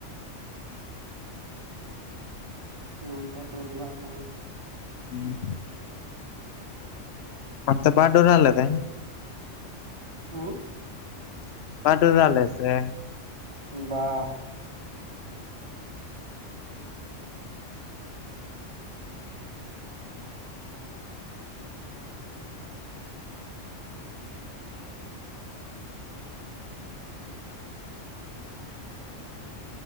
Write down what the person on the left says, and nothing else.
ᱦᱮᱸ <inaudible> ᱚᱱᱛᱮ ᱵᱟ ᱰᱚᱨᱟ ᱞᱮᱫᱟᱭ <unintelligible>
ᱯᱟᱴᱩ ᱪᱞᱮ ᱥᱮ